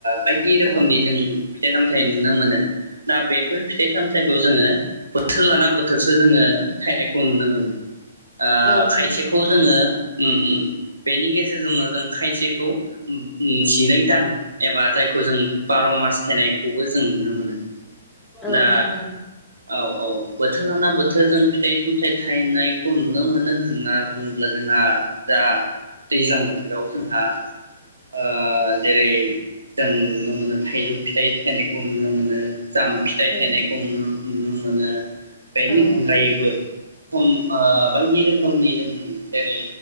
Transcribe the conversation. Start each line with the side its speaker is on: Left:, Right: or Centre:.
Right: बायदि रोखोमनि
Centre: औ
Right: जों फिथाइ सामथाइ थाइ नुनो मोनो दा बेफोर फिथाइ सामथायाइखौ जोङो बोथोर लाना बोथोरसो जोङो थायनायखौ नुनो मोनो ओ
Centre: औ
Right: खायसेखौ
Centre: नंगौ नोंथां
Right: जोङो मम बेनि गेजेरजोंनो जों खायसेखौ जिनै दान एबा जायखौ जों बार' मास थायनायखौबो जों नुनो मोनो
Centre: औ
Right: दा
Centre: नंगौ
Right: औ औ बोथोर लाना बोथोरजों फिथाइ सामथाइ थायनायखौ नुनो मोनो होनना बुङोब्ला जोंहा दा दैज्लां बोथोराव जोंहा ओ जेरै जों नुनो मोनो थाइजौ फिथाइ थायनायखौ नुनो मोनो जाम फिथाइ
Centre: औ
Right: थायनायखौु नुनो मोन मोनो बेनि
Centre: औ
Right: अनगायैबो
Centre: नंगौ
Right: खम ओ बायदि रोखोमनि जों जेरै